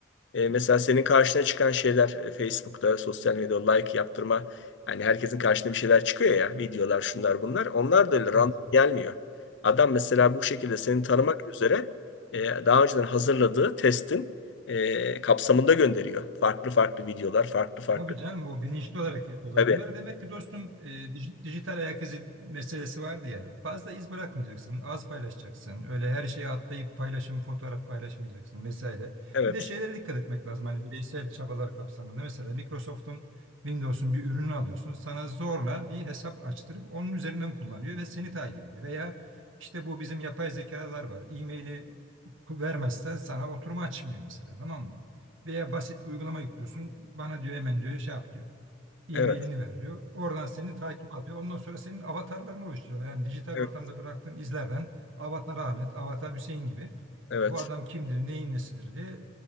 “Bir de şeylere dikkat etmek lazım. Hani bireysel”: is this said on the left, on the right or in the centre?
Right